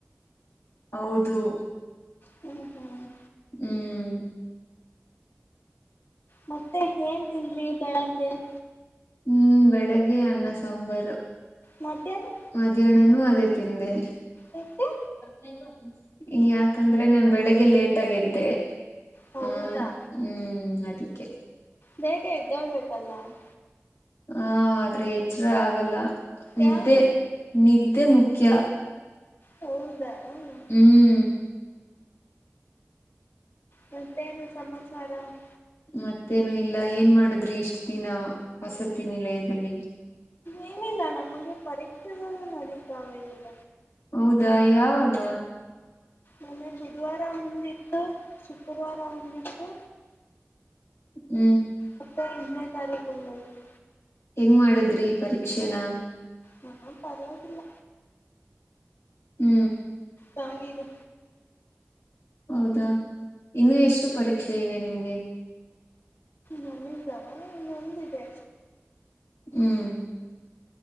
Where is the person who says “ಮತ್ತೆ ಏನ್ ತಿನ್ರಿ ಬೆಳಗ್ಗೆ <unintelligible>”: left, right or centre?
Left